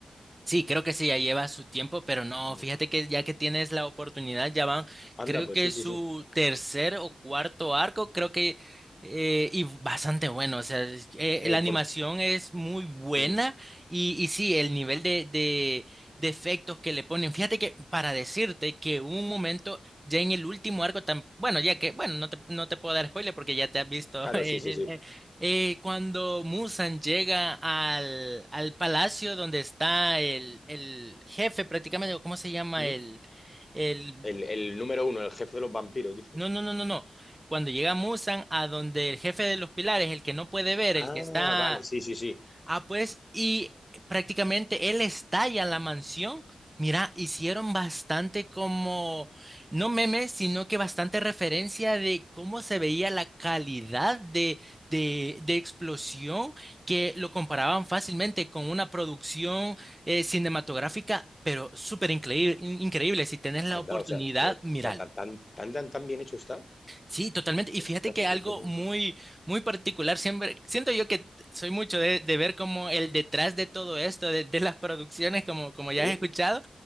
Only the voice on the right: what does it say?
Sí, creo que sí, ya lleva su tiempo, pero no,
fíjate que ya que tienes la oportunidad, ya van,
creo
que
es
su
tercer o cuarto arco, creo que, eh, y bastante bueno, o sea, es- eh,
la animación
es muy buena
y, y sí, el nivel de, de, de efectos que le ponen, fíjate que para decirte que hubo un momento, ya en el último arco, tan, bueno, ya que, bueno, no te, no te puedo dar spoiler porque ya te has visto
<laughs> el,
eh, cuando Musan llega al, al palacio donde está el, el jefe prácticamente, o ¿cómo se llama?
El, el...
No, no, no, no, no. Cuando llega Musan a donde el jefe de los pilares, el que no puede ver,
el que está
Ah, pues, y prácticamente él estalla la mansión. Mira, hicieron bastante como, no memes, sino que bastante referencia de cómo se veía la calidad de, de, de explosión, que lo comparaban fácilmente con una producción eh, cinematográfica, pero súper increíble, increíble. Si tenés la
oportunidad,
míralo.
Sí, totalmente. Y
fíjate que
algo
muy, muy particular, siempre, siento yo que soy mucho de, de ver como el detrás de todo esto, de, de las producciones, como, como
ya has escuchado,